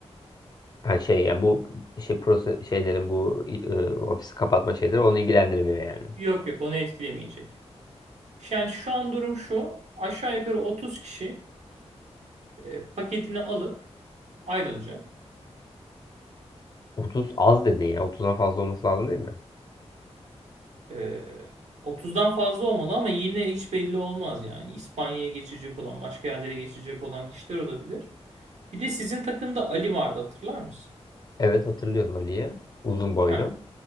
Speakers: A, on the left; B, on the right.
A: Ha şey yani bu şey proses şeylerin bu e, ofisi kapatma şeyleri onu ilgilendirmiyor yani.
B: Yok yok onu etkilemeyecek. Yani şu an durum şu. Aşağı yukarı 30 kişi e, paketini alıp ayrılacak.
A: otuz az dedin ya. 30'dan fazla olması lazım değil mi?
B: E, 30'dan fazla olmalı ama yine hiç belli olmaz yani. İspanya'ya geçecek olan, başka yerlere geçecek olan kişiler olabilir. Bir de sizin takımda Ali vardı hatırlar mısın?
A: Evet hatırlıyorum Ali'yi. Uzun boylu.
B: Ha,